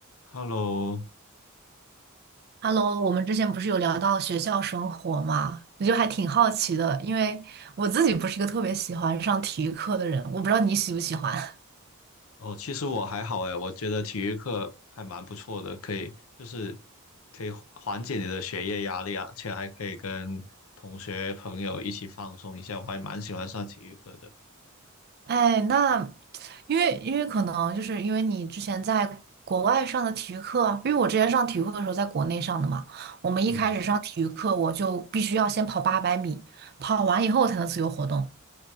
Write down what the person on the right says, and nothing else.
Hello，我们之前不是有聊到学校生活吗？我就还挺好奇的，因为我自己不是一个特别喜欢上体育课的人，我不知道你喜不喜欢。<laughs>
哎，那因为因为可能就是因为你之前在国外上的体育课，因为我之前上体育课的时候在国内上的嘛，我们一开始上体育课我就必须要先跑八百米，
跑完以后才能自由活动。